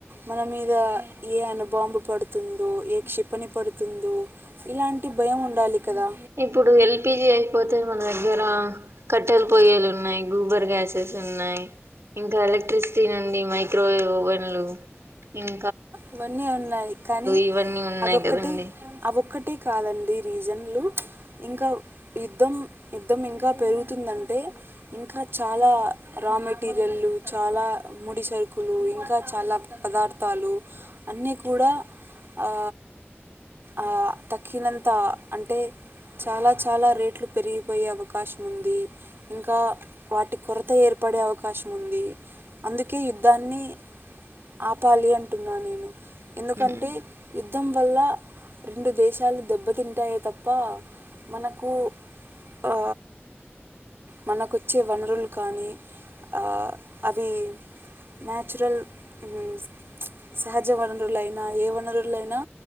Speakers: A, on the right; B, on the right.
A: మన మీద ఏ అనుబాంబు పడుతుందో ఏ క్షిపణి పడుతుందో ఇలాంటి భయం ఉండాలి కదా
B: ఇప్పుడు ఎల్పిజీ అయిపోతే అతే మన దగ్గర కట్టెల పొయ్యలు ఉన్నాయి గూబర్ గ్యాసెస్ ఉన్నాయి ఇంకా ఎలక్ట్రిసిటీ నుండి మైక్రోవేవ్ అవైన్లు ఇం
A: ఇవన్నీ ఉన్నాయి కానీ
B: ఇవన్నీ ఉన్నాయి
A: అదొక్కటి
B: కదండి
A: అదొక్కటి కాదని ఈ రీజన్లు. ఇంకా యుద్ధం యుద్ధం ఇంకా పెరుగుతుందంటే ఇంకా చాలా. రా మెటీరియల్లు చాలా ముడి సరుకులు ఇంకా చాలా పదార్థాలు. అన్నీ కూడా ఆ ఆ దక్కినంత అంటే. చాలా చాలా రేట్లు పెరిగిపోయే అవకాశం ఉంది. ఇంకా వాటి కొరత ఏర్పడే అవకాశం ఉంది. అందుకే యుద్ధాన్ని ఆపాలి అం వింటున్న నేను ఎందుకంటే
B: మ్మ్
A: వల్ల రెండు దేశాలు దెబ్బతింటాయి తప్ప మనకు
B: <inaudible>
A: ఆ, మనకొచ్చే వనరులు కానీ అ అవి నేచరల్ ఉ సహజ వనరులైనా ఏ వనరులైనా